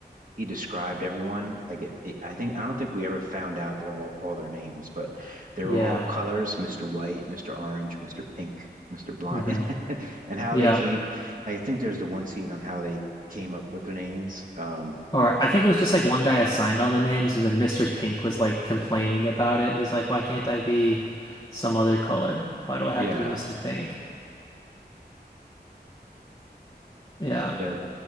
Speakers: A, on the right; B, on the left.
A: he described everyone. Like it, it- I think I don't think we ever found out their all all their names, but they
B: Yeah.
A: were all colors, Mr. White, Mr. Orange, Mr. Pink, Mr. Blonde,
B: hmm
A: <laughs> and how
B: Yeah.
A: they came. I think there's the one scene on how they came up with their names. Um,
B: Or I think it was just like one guy assigned all the names, and then Mr. Pink was like complaining about it. He's like, "Why can't I be some other color? Why do I have
A: yeah,
B: to be Mr. Pink?" Yeah.
A: yeah,